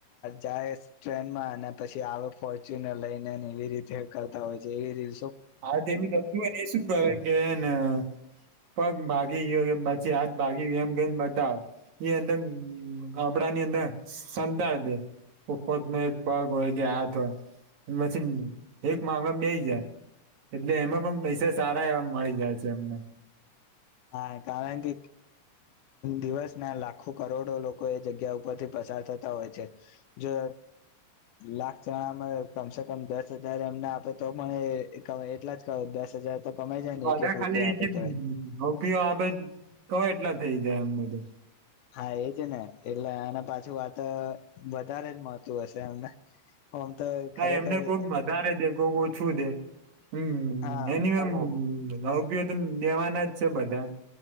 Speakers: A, on the left; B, on the right.
A: જાય ટ્રેનમાં અને પછી આવે ફોર્ચ્યુનર લઈને ને એવી રીતે કરતા હોય છે એવી રી
B: હા તો એનું થુંને એ શું કરે કેને પગ ભાગી ગયો કેમ પછી આજ ભાગી ગયયો એમ કેમ બતાવે એ અંદર આપડા ની અંદર સંતા છે ઉપત નો એક પગ હોય કે હાથ હોય પછી એક મામલા બેય જાય એટલે એમાં પણ પૈસા સારા એવા મળી જાય છે એમને
A: હા કારણ કે દિવસ ના લાખો કરોડો લોકો એ જગ્યા ઉપર થી પ ચાલતા તાથતા હોય છે જો લાખ જણામાં કમસે કમ દસ હજાર એમને આપે તો પણ એટલા જ કર દસ હજાર તો કમાઈ જાય ને એક
B: અધા
A: એક
B: ખાલી
A: રૂપિયા આપે
B: હ
A: તો
B: રૂપિઓ આપે તો એટલા થઈ જાય અમબધુ
A: હા એ છે ને એટલે આને પાછું વાત વધારે જ મળતું હશે એમને આમ તો
B: હા
A: ખરેખર
B: એમને કોક મારે દે કોક ઓછું દે હમ
A: હા
B: એની એમ ન ઉપયો તો લેવાના જ છે બધા